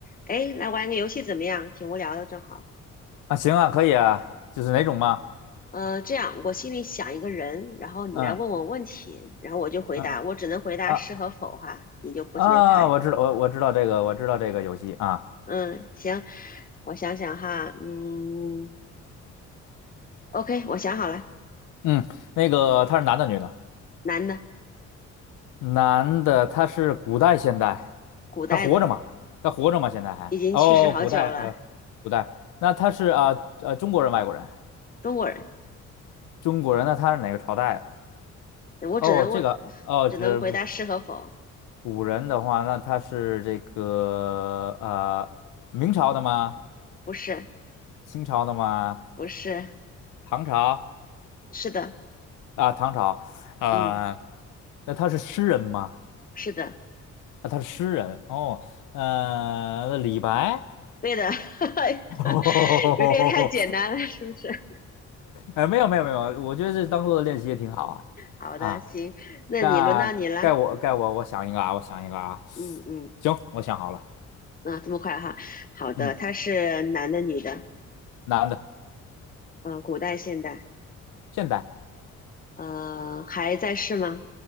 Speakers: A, on the left (about 30°); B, on the left (about 85°).
A: 哎，来玩个游戏怎么样？挺无聊的，正好。
B: 啊，行啊，可以啊，就是哪种嘛？
A: 呃，这样，我心里想一个人，然后你来问我问题，
B: 嗯
A: 然后我就回答，
B: 嗯
A: 我只能回答是和否哈，
B: 啊
A: 你就不停的猜。
B: 啊，我知道，我我知道这个，我知道这个游戏啊。
A: 嗯，行，我想想哈，嗯，OK，我想好了，
B: 嗯，那个他是男的女的？
A: 男的，
B: 男的，他是古代现代，
A: 古代的，
B: 他活着吗？他活着吗？现在还？
A: 已经去世好久了，
B: 哦，古代呃，古代，那他是啊呃，呃中国人外国人？
A: 中国人。
B: 中国人那他是哪个朝代的？
A: 我只能问，
B: 哦，这个哦，
A: 只能回答是和否，
B: 这不古人的话，那他是这个呃明朝的吗？
A: 不是，
B: 清朝的吗？
A: 不是，
B: 唐朝？
A: 是的，
B: 啊，唐朝，啊、
A: 嗯，
B: 那他是诗人吗？
A: 是的，
B: 啊，他是诗人哦，呃，那李白，
A: 对的，<laughs>
B: <laughs>
A: 有点太简单了，是不是？
B: 哎，没有没有没有，我觉得这当做练习也挺好
A: 好的，
B: 啊啊，
A: 行，那你轮到你了。
B: 那该我该我我想一个啊，我想一个啊，
A: 嗯嗯，
B: 行，我想好了，
A: 啊，这么快哈。好的，
B: 嗯，
A: 他是男的女的？
B: 男的，
A: 呃，古代现代？
B: 现代，
A: 呃，还在世吗？